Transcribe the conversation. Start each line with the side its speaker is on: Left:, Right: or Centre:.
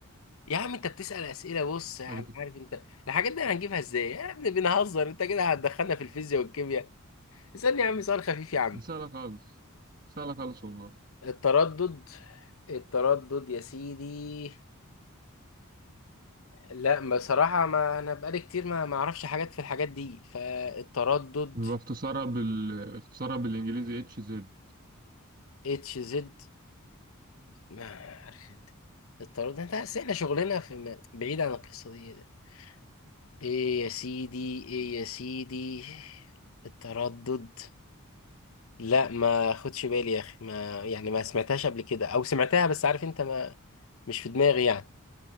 Left: يا عم انت بتسأل اسئلة بص يعني
Right: حاجة في
Left: عارف انت الحاجات دي هنجيبها ازاي؟ يا ابني بنهزر انت كده هتدخلنا في الفيزياء والكيمياء اسألني يا عم سؤال خفيف يا عم
Right: دي سهلة خالص سهلة خالص والله
Left: التردد التردد يا سيدي لا بصراحة ما انا بقالي كتير ما ما اعرفش حاجات في الحاجات دي فالتردد
Right: بيبقى اختصارها بال اختصارها بالإنجليزي اتش زد
Left: اتش زد ما عارف انت الطرد ده انت عارف احنا شغلنا في م- بعيد عن القصة دي ده. ايه يا سيدي ايه يا سيدي التردد لا ما خدش بالي يا اخي ما يعني ما سمعتهاش قبل كده او سمعتها بس عارف انت ما مش في دماغي يعني